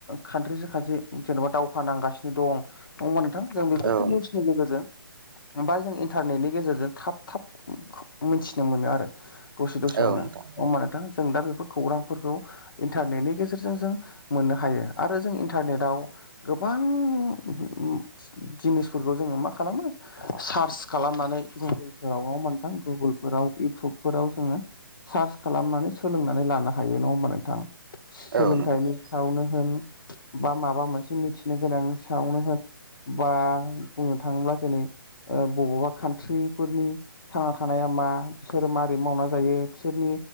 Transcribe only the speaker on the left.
कान्ट्रिजों खाथि जेन'बा दावहा नांगासिनो दं नङा होनबा नोंथां जों बेफोरखौ
निउसनि गेजेरजों बा जों इन्टारनेटनि गेजेरजों थाब थाब मिथिनो मोनो आरो। दसे दसेयावनो
अ होनबा नोथां जों दा बेफोर खौरांफोरखौ इन्टारनेटनि गेजेरजों जों मोननो हायो आरो जों इन्टारनेटाव गोबां उम उम उम जिनिसफोरखौ जोङो मा खालामो सार्स खालामनानै गुगोलफोरावल' <unintelligible> गुगोलफोराव इउटुबफोराव जोङो सार्च खालामनानै सोलोंनानै लानो हायो नङा होमबा नोंथां? सोलोंथाइनि
सायावनो होन बा माबा मोनसे मिथिनो गोनां सायावनो होन। बा बुंनो थाङोब्ला जेनै ओ बबावबा कान्ट्रिफोरनि थांना थानाया मा बिसोरो माबोरै मावना जायो बिसोरनि